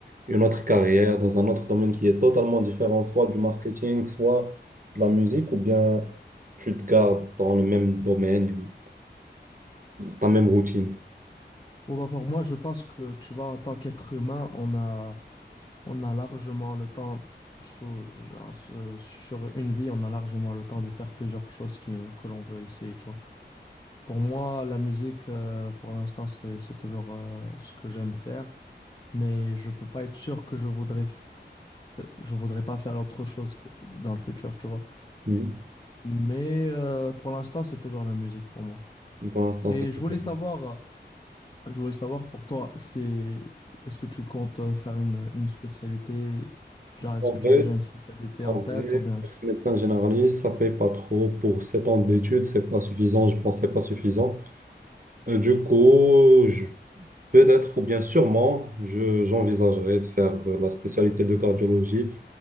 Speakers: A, on the right; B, on the left.
A: une autre carrière dans un autre domaine qui est totalement différent, soit du marketing, soit de la musique, ou bien tu te gardes dans le même domaine, ta même routine.
B: Bon, bah, pour moi, je pense que, tu vois, en tant qu'être humain, on a, on a largement le temps, sous- genre, ce- sur une vie, on a largement le temps de faire plusieurs choses qui, que l'on veut essayer, tu vois. Pour moi, la musique, euh, pour l'instant, c'est, c'est toujours, euh, ce que j'aime faire. Mais je peux pas être sûr que je voudrais, f- je voudrais pas faire autre chose que- dans le futur, tu vois.
A: Mhm.
B: Mais euh, pour l'instant, c'est toujours la musique pour moi.
A: Pour l'instant,
B: Et
A: ça te
B: je voulais
A: permet.
B: savoir, euh, je voulais savoir pour toi, c'est est-ce que tu comptes euh, faire une, une spécialité, genre est-ce
A: En
B: que tu
A: vrai,
B: as déjà une spécialité
A: en
B: en tête
A: vrai,
B: ou bien est-ce
A: être
B: que...
A: médecin généraliste, ça paye pas trop. Pour 7 ans d'études, c'est pas suffisant. Je pense que c'est pas suffisant. Euh, du coup, je- peut-être ou bien sûrement, je, j'envisagerais de faire euh, la spécialité de cardiologie